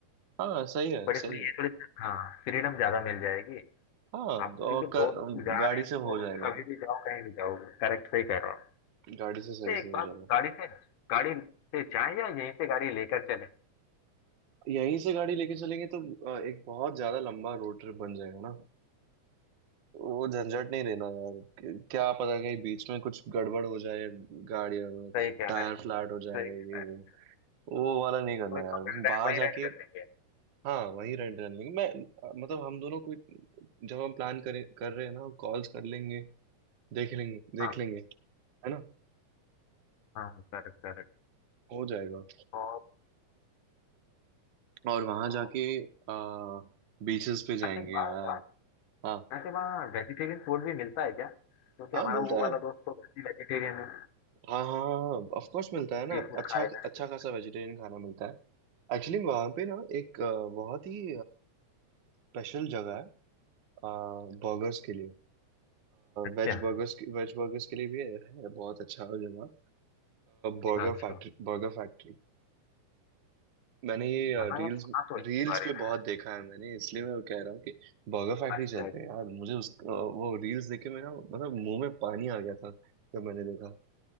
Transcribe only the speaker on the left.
बट इसमें
ये
थोड़ी सी- हाँ फ्रीडम ज्यादा मिल जाएगी
आप
क्योंकि दोस्त
लोग जा
रहे हैं
तो
कभी भी जाओ कहीं भी जाओ करेक्ट सही कह रहे हो
तो एक
बात
गाड़ी से गाड़ी से जाए या यहीं से गाड़ी लेकर चले
सही कह
रहे हैं
सही
कह
रहे हैं
तो एक
काम
करते हैं, वहीं रेंट
कर लेंगे
हाँ
हाँ करेक्ट करेक्ट
और
और
अच्छा एक बात
वैसे वहाँ वेजिटेरियन फूड भी मिलता है क्या क्योंकि
हमारा
वो वाला
दोस्त तो वैसे वेजिटेरियन है
वो तो सी
फूड
खाएगा नहीं।
अच्छा
अच्छा अच्छा
अच्छा। हाँ
यार सुना तो है इसके
बारे
में
अच्छा
अच्छा